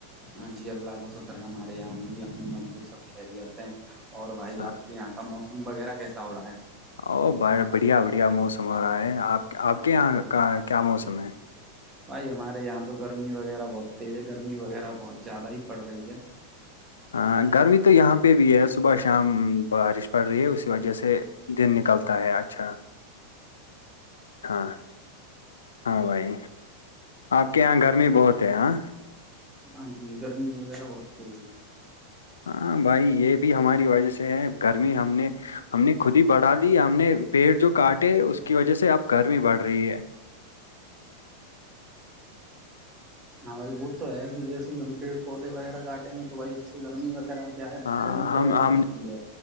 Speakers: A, on the right (about 25°); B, on the left (about 70°).
A: ہاں جی اللہ کا شکر ہے ہمارےاممی امی ابو سب کہہریت ہیں اور بھائی
B: ہاں
A: آپ کے یہاں کا موسم وغیرہ کیسا ہو رہا ہے
B: او ب بڑھیا بڑھیا موسم ہو رہا ہے آپ آپ کے یہاں کیا موسم ہے
A: بھائی ہمارے یہاں تو گرمی وغیرہ بہت تیز ہے گرمی وغیرہ بہت زیادہ ہی پڑ رہی ہے
B: ہاں گرمی تو یہاں پہ بھی ہے صبح شام بارش پڑ رہی ہے اسی وجہ سے دن نکلتا ہے اچھا ہاں ہاں بھائی آپ کے یہاں گرمی بہت ہے ہاں
A: ہاں جی گرمی وغیرہ بہت تز ہے
B: ہاں بھائی یہ بھی ہماری وجہ سے ہے گرمی ہم نے ہم نے خود ہی بڑھا لی ہم نے پیڑ جو کاٹے اس کی وجہ سے اب گرمی بڑھ رہی ہے
A: ہاں بھائی وہ تو ہے کہ جیسے کہ ہم پیڑ پودے وغیرہ کاٹیں گے تو بھائی اس سے گرمی وغیرہ کیا ہے
B: ہاں
A: گرمی
B: ہم
A: وغیرہ
B: ہم
A: بڑھتی ہے